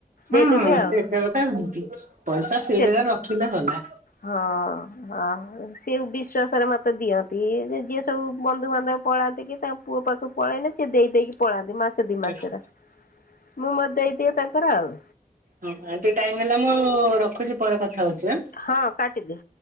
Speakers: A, on the right; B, on the left.
A: ହଁ
B: ଦେଇଦେମି ଆଉ
A: ସେ ଏକା କଥା ପଇସା ସେଇ
B: ସେ
A: ଜାଗାରେ ରଖିଲେ ଗଲା।
B: ହଁ। ହଁ ସେ ବିଶ୍ଵାସରେ ମତେ ଦିଅନ୍ତି ଯେ ଯିଏ ସବୁ ବନ୍ଧୁବାନ୍ଧବ ପଳାନ୍ତି କି ତାଙ୍କ ପୁଅ ପାଖକୁ ପଳେଇଲେ ସେ ଦେଇ ଦେଇକି ପଳାନ୍ତି ମାସେ ଦି ମାସେରେ।
A: ଆଜ୍ଞା
B: ମୁଁ ମୋ ଦେଇ ଦିଏ ତାଙ୍କର ଆଉ।
A: ହଁ ଆଜି ଟାଇମ ହେଲା ମ ରଖୁଛି ପରେ କଥା ହଉଛି ଆଁ।
B: ହଁ କାଟିଦେ।